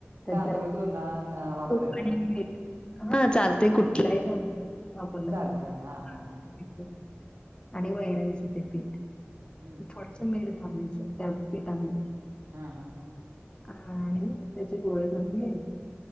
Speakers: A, on the left (about 20°); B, on the right (about 70°).
A: त्यात
B: तांदूळ जुना न वापरायचा
A: तूप पाणी
B: का
A: मीठ. हा चालतय कुठलाही. वापरला
B: चालतय
A: तरी
B: हा, हा, हा.
A: चालतंय आणि वैरायचं ते पीठ
B: हम्म
A: थोडस मीठ. घालायचं त्या पीठामध्ये.
B: हा, हा, हा.
A: आणि त्याचे गोळे कररून घ्यायचे.